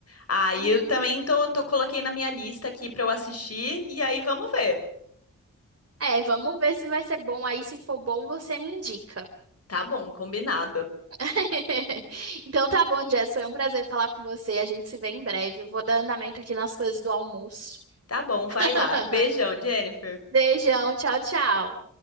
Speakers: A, on the left; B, on the right.
A: Aí
B: Uhum.
A: eu também tô, tô coloquei na minha lista aqui pra eu assistir e aí vamos ver.
B: É, vamos ver se vai ser bom. Aí, se for bom, você me indica.
A: Tá bom, combinado.
B: <laughs> Então tá bom, Jess. Foi um prazer falar com você. A gente se vê em breve. Eu vou dar andamento aqui nas coisas do almoço.
A: Tá bom, vai
B: <laughs>
A: lá. Beijão, Jennifer.
B: Beijão, tchau, tchau.